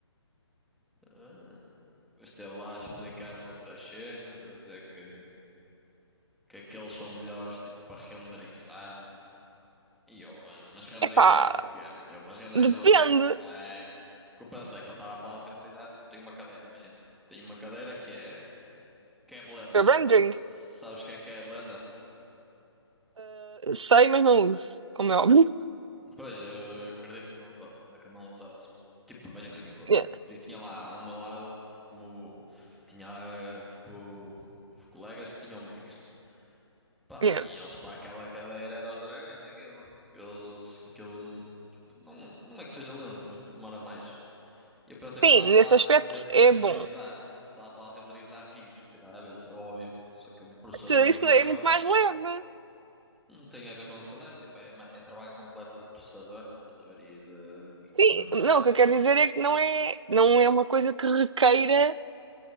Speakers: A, in the centre; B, on the right.
A: É, Gostei lá a explicar-me outras cenas, a dizer que, que aqueles são melhores tipo para renderizar. E eu, mas mas renderizar
B: Epá,
A: o quê? Eu, mas renderizar
B: depende.
A: o quê? Não é. O que eu pensei que ele estava a falar de renderizar, tipo, eu tenho uma cadeira, imagina. Tenho uma cadeira que é. que é Blender.
B: Eu rendering.
A: Sa- Sabes o que é que é Blender?
B: eh, sei, mas não uso, como é óbvio.
A: Pois, eu acredito que não soube, que não usasses. Tipo, imagina aquilo.
B: Yeah,
A: ti- Tinha lá ao meu lado, tipo, o meu- tinha eh, tipo. colegas que tinham Macs. Pá,
B: yeah.
A: e eles para aquela cadeira eram os dragões naquilo. Eles, aquilo. Não, não é que seja lento, mas tipo, demora mais. Eu pensei que
B: Sim,
A: ele estava a falar
B: nesse aspecto
A: desse
B: é
A: renderizar.
B: bom.
A: Ele estava a falar de renderizar vídeos, que não tem nada a ver, isso é óbvio. Então, só que um processador
B: Tudo
A: daquilo
B: isso é
A: é
B: muito
A: bom.
B: mais leve.
A: Não tem a ver com o celular, tipo, é, ma- é trabalho completo de processador, estás a ver, e de,
B: Sim,
A: e de memória.
B: não, o que eu quero dizer é que não é, não é uma coisa que requeira